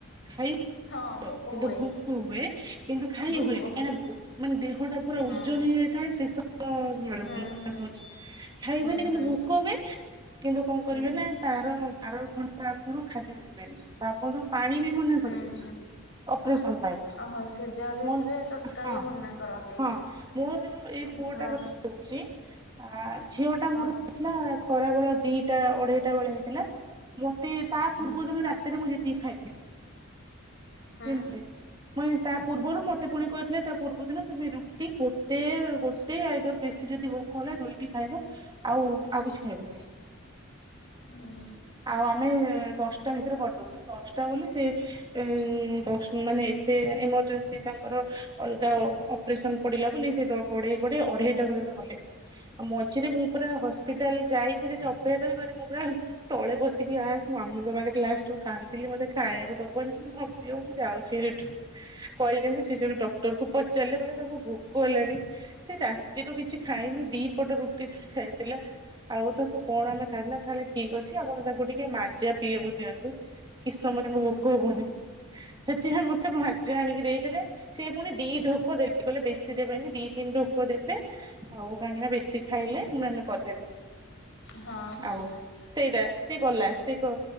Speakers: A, on the right (about 20°); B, on the left (about 60°).
A: ଖାଇ।
B: ହଁ ଭୋକ
A: କିନ୍ତୁ
B: ହୁଏ
A: ଭୋକ ହୁଏ କିନ୍ତୁ ଖାଇ
B: ଭୋକ
A: ହୁଏନି
B: ହୁଏ
A: କାହିଁ ନା ମାନେ ଦେହ ଟା ପୁରା
B: ହୁଁ
A: ଉଜନ ହେଇଯାଇଥାଏ ସେସବ ବେଳକୁ
B: ହୁଁ
A: ମୁଁ କଥା କହୁଛି। ହେବନି
B: ହୁଁ
A: କିନ୍ତୁ
B: ହୁଁ
A: ଭୋକ ହୁଏ କିନ୍ତୁ କଣ
B: ହୁଁ
A: କରିବେ
B: ହୁଁ
A: ପାଁ ତାର ବାର ଘଣ୍ଟା ଆଗୁରୁ ଖାଦ୍ୟ ଦେବେନି ତ ଆପଣୁ ପାଣି ବି ମନା
B: ହୁଁ
A: କରିବେ।
B: ହୁଁ
A: ଅପରେସନ ପାଇଁ
B: ଓହୋ ସିଜରିଙ୍ଗରେ
A: ମୁଁ
B: ଟୋଟାଲି
A: ହଁ
B: ମନା କରନ୍ତି
A: ହଁ। ମୋର ଏଇ
B: ହଁ
A: ପୁଅଟା
B: ହଁ
A: କଥା କହୁଛି ଆ ଝିଅ ଟା
B: ହଁ
A: ମୋର। ଥିଲା ଖରାବେଳ ଦିଟା ଅଢେଇଟା ବେଳେ ହେଇଥିଲା। ମତେ ତା
B: ହୁଁ
A: ପୂର୍ବ ଦିନ ରାତିରେ ମୁଁ ଯେତିକି ଖାଇଥିଲି
B: ହୁଁ
A: ଜାଣିଲେ। <unintelligible> ତା ପୂର୍ବରୁ ମତେ ପୁଣି କହିଥିଲେ ତା ପୂର୍ବ ଦିନ ତମେ ରୁଟି ଗୋଟେ ଗୋ ଟେ ଆଇଦର ବେଶୀ ଯଦି ଭୋକ ହେଲା ଦୁଇଟି ଖାଇବ ଆଉ ଆଉ କିଛି ଖାଇବନି।
B: ହୁଁ।
A: ଆଉ ଆମେ ଦଶଟା ଭିତରେ କରିଦବୁ କିନ୍ତୁ ଦଶଟା ବୋଲି ସେ। ଏ ନ ଦଶ ଉଁ ମାନେ ଏତେ ଏମର୍ଜନ୍ସି ତାଙ୍କର। ଅଲଗା ଅ-ଅପରେସନ ପଡିଲା ବୋଲି ସେ ତ ଗୋଡେଇ ଗୋଡେଇ ଅଢେଇଟା
B: ହୁଁ ହୁଁ
A: ପର୍ଯ୍ୟନ୍ତ କଲେ ଆ ମୋ ମଝିରେ ମୁଁ ପୁରା ହସ୍ପିଟାଲ ଯାଇକି ସେଠି ଅପେକ୍ଷା କରି କରି ମୁଁ ପୁରା। ତଳେ ବସିକି ଆସ ମାମିଙ୍କ ପାଖରେ ଲାଷ୍ଟ କୁ କାନ୍ଦିଲି ମତେ ଖାଇବାକୁ ଦବନି ନ ଦିଅ ମୁଁ ଯାଉଛି ଏଠୁ। କହିଲି ଯେମିତି ସିଏ ସେଇଠୁ ଡକ୍ଟରକୁ। ପଚାରିଲେ କହିଲେ ତାକୁ ଭୋକ ହେଲାଣି ସେ ରାତିରୁ କିଛି ଖାଇନି ଦି ପଟ ରୁ ଟି ଖାଇଥିଲା। ଆଉ ତାକୁ କଣ ଆମେ ଖାଇଲୁ ନା ତାହେଲେ ଠିକ ଅଛି ଆପଣ ତାକୁ ଟିକେ ମାଜା ପିଇବାକୁ ଦିଅନ୍ତୁ। କି ସମୟ ତାଙ୍କୁ ଭୋକ
B: ହୁଁ ହୁଁ ହୁଁ
A: ହବନି ସେଥିପାଇଁ ମତେ ମାଜା ଆଣିକି ଦେଇଥିଲେ। ସିଏ ପୁଣି ଦି ଢୋକ ଦେଲେ କହିଲେ ବେଶୀ ଦେବେନି ଦି ତିନି ଢୋକ ଦେବେ ଆଉ କାହିଁକି ନା ବେଶୀ। ଖାଇଲେ ମେ ମେ କରିପାରିବୁନି
B: ହଁ ହଁ
A: ଆଉ। ସେଇଟା ସିଏ ଗଲା ସେ କ